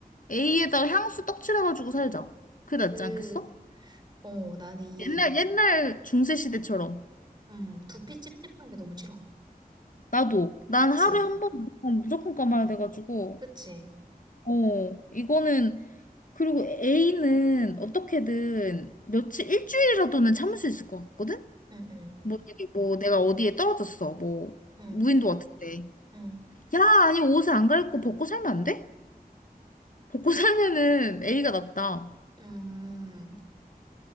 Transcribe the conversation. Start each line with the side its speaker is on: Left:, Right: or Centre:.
Left: A에다가 향수 떡칠해가지고 살자. 그게 낫지
Right: 그,
Left: 않겠어?
Right: 어, 나는 이,
Left: 옛날, 옛날 중세 시대처럼.
Right: 음, 두피 찝찝한 게 너무 싫어.
Left: 나도. 난
Right: 그치?
Left: 하루에 한 번 무조건, 무조건 감아야 돼가지고.
Right: 그치?
Left: 어, 이거는, 그리고 A는 어떻게든 며칠, 일주일이라도는 참을 수 있을 것 같거든?
Right: 응, 응,
Left: 뭐, 이게 뭐 내가 어디에 떨어졌어. 뭐
Right: 응,
Left: 무인도 같은데.
Right: 응,
Left: 야, 아니 옷을 안 갈아입고 벗고 살면 안 돼? 벗고 <laughs> 살면은 A가 낫다.
Right: 음,